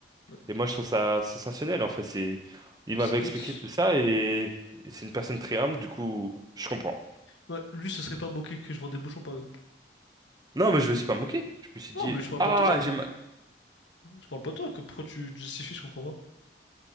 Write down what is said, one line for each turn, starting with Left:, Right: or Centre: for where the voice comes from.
Left: Ouais.
Right: Et moi, je trouve ça sensationnel, en fait. C'est... Il
Left: C'est
Right: m'avait
Left: le goth.
Right: expliqué tout ça et, et c'est une personne très humble, du coup, je comprends.
Left: Ouais, lui, ce serait pas moqué que je vends des bouchons, par exemple.
Right: Non, mais je me suis pas moqué. Je me suis
Left: Non,
Right: dit,
Left: mais je parle
Right: ah,
Left: pas de toi.
Right: j'ai mal.
Left: Je parle pas de toi. Que, pourquoi tu justifies, je comprends pas.